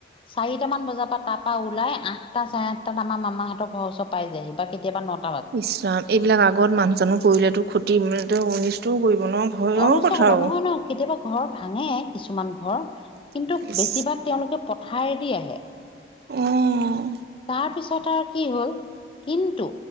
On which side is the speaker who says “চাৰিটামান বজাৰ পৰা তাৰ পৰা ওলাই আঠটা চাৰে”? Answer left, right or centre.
Left